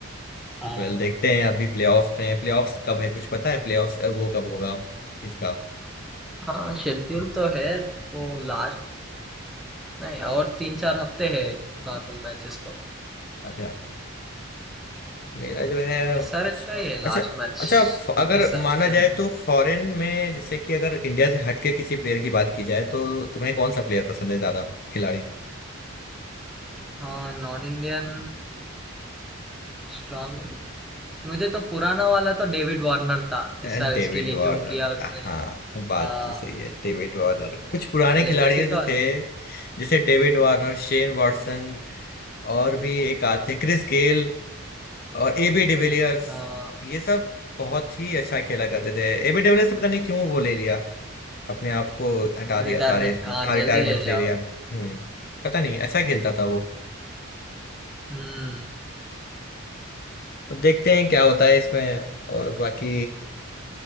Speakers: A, in the centre; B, on the left.
A: हाँ
B: वेल देखते हैं अभी प्लेऑफ्स में प्लेऑफ्स कब है कुछ पता है प्लेऑफ्स वो कब होगा इसका
A: हाँ शेड्यूल तो है वो लास्ट नहीं और तीन चार हफ्ते है नॉर्मल मैचेस तो
B: अच्छा। मेरा जो है
A: एसआरएच
B: अच्छा
A: का ये लास्ट
B: अच्छा
A: मैच
B: अच्छा फ- अगर
A: एसआरएच
B: माना
A: एलएस
B: जाए तो फॉरेन में जैसे कि अगर इंडिया से हटके किसी प्लेयर की बात की जाए तो तुम्हें कौन सा प्लेयर पसंद है ज्यादा खिलाड़ी
A: हाँ नॉन इंडियन स्ट्रांग है मुझे तो पुराना वाला तो डेविड वार्नर था
B: अ,
A: एसआरएच
B: डेविड
A: के लिए
B: वार्नर
A: जो किया उसने
B: हाँ बात
A: हाँ
B: तो सही है डेविड वार्नर कुछ
A: उसका
B: पुराने
A: लेगेसी
B: खिलाड़ी जो
A: तो अलग
B: थे जैसे डेविड वार्नर शेन वाटसन और भी एक आध थे क्रिस गेल और एबी डिविलियर्स
A: हाँ
B: ये सब बहुत ही अच्छा खेला करते थे एबी डिविलियर्स से पता नहीं क्यों वो ले लिया अपने आप को हटा दिया
A: रिटायरमेंट
B: सारे इसमें
A: हाँ
B: हाँ रिटायरमेंट
A: जल्दी ले
B: ले
A: जाओ
B: लिया हम्म पता नहीं अच्छा खेलता था वो
A: हम्म
B: अब देखते हैं क्या होता है इसमें और बाकी